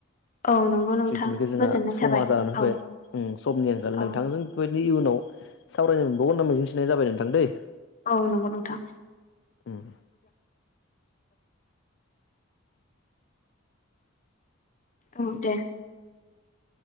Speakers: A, on the left; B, on the left.
A: औ नंगौ नोंथां
B: जिथुनाखि जोंहा
A: गोजोननाय
B: समा
A: थाबाय
B: जानानै
A: औ
B: फोयबाय समनि आंखाल
A: औ
B: नोंथांजों बेबायदिनो इयुनाव सावरायनो मोनबावगोन होनामा मिजिं थिनाय जाबाय नोंथां दै
A: औ नंगौ नोंथां
B: उम
A: औ दे